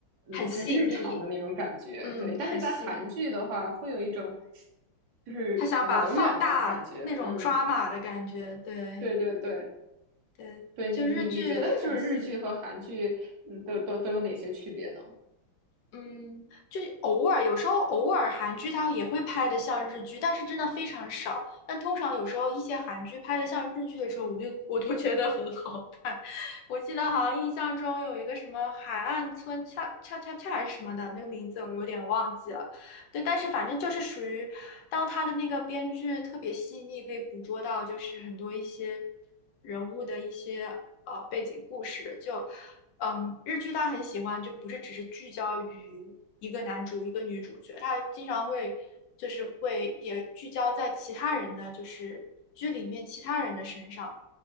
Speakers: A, on the right; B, on the left.
A: 嗯很日常的那种感觉，
B: 很细腻，嗯，
A: 对。但是在韩剧的话，
B: 很细腻。
A: 会有一种。就是遥远的感觉。
B: 他想把放大那种抓马的感觉，
A: 嗯，
B: 对
A: 对对对
B: 对，
A: 对，
B: 就日剧很细腻。
A: 你你觉得就是日剧和韩剧，嗯，都都都有哪些区别呢？
B: 嗯，就是偶尔，有时候偶尔韩剧它也会拍的像日剧，但是真的非常少。但通常有时候一些韩剧拍的像日剧的时候，我就我都觉得很好看。<laughs> 我记得好像印象中有一个什么海岸村恰恰恰恰还是什么的那个名字，我有点忘记了。对，但是反正就是属于，当他的那个编剧特别细腻，可以捕捉到就是很多一些人物的一些呃背景故事。就嗯，日剧他很喜欢，就不是只是聚焦于一个男主一个女主角，他经常会就是会也聚焦在其他人的就是剧里面其他人的身上。